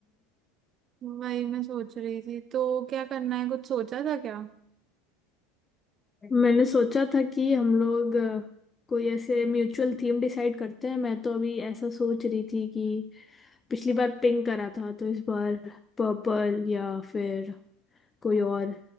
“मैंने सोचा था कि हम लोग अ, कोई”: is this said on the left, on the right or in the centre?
Left